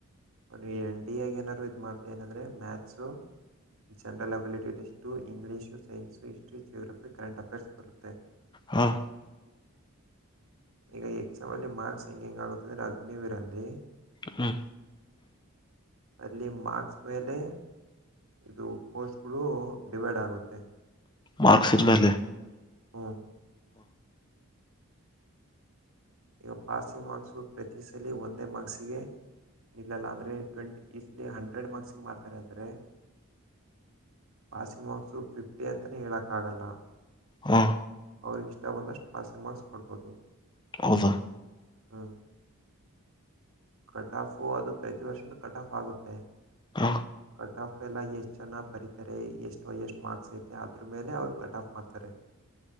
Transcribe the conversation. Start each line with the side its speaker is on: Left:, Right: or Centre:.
Right: ಅವ ಎನ್ ಟ ಆಗ ಏನಾದ್ರು ಇದ್ ಮಾಡ್ತ ಏನಂದ್ರೆ ಮ್ಯಾಥ್ಸು ಜನ್ರಲ್ ಅಬಿಲಿಟಿಷ್ಟು English science history geography current affairs ಬರುತ್ತೆ
Left: ಹಾಂ
Right: ಈಗ ಎಕ್ಸಾಮಲ್ಲಿ ಮಾರ್ಕ್ಸ್ ಹ ಹೆಂಗೆ ಹೆಂಗ ಆಗುತ್ತೆ ಅಂದ್ರೆ ಅಗ್ನಿವೀರ ಅಲ್ಲಿ
Left: ಹ್ಮ್
Right: ಅಲ್ಲಿ ಮಾಕ್ಸ್ ಮೇಲೆ ಇದು ಪೋಸ್ಟ್ಗಳು ಡಿವೈಡ್ ಆಗುತ್ತೆ
Left: ಮಾರ್ಕ್ಸ್ದ ಮೇಲೆ
Right: ಹಾ ಈಗ ಪಾಸಿಂಗ್ ಮಾರ್ಕ್ಸು ಪ್ರತಿ ಸಲ ಒಂದೇ ಮಾರ್ಕ್ಸಿಗೆ ಇಲ್ಲಲ್ಲ ಅಂದ್ರೆ ಟ್ವೆಂಟಿ ಈಸಲಿ ಹಂಡ್ರೆಡ್ ಮಾರ್ಕ್ಸ್ ಮಾಡ್ತಾರೆ ಅಂದ್ರೆ ಪಾಸಿಂಗ್ ಮಾರ್ಕ್ಸು ಫಿಫ್ಟಿ ಅಂತಲೇ ಹೇಳೋಕ್ಕಾಗಲ್ಲ
Left: ಹ
Right: ಅವ್ರಿಗೆ ಇಷ್ಟ ಬಂದಷ್ಟು ಪಾಸಿಂಗ್ ಮಾರ್ಕ್ಸ್ ಕೊಡ್ಬೋದು
Left: ಹೌದಾ
Right: ಹಾ ಕಟ್ ಆಫು ಅದು ಪ್ರತಿ ವರ್ಷನೂ ಕಟ್ ಆಫ್ ಆಗುತ್ತೆ
Left: ಹ
Right: ಕಟ್ ಆಫ್ ಎಲ್ಲ ಎಷ್ಟು ಚನಾ ಬರೀತಾರೆ ಎಷ್ಟು ಎಷ್ಟು ಮಾರ್ಕ್ಸ್ ಐತೆ ಅದ್ರ ಮೇಲೆ ಅವ್ರು ಕಟ್ ಆಫ್ ಮಾಡ್ತಾರೆ.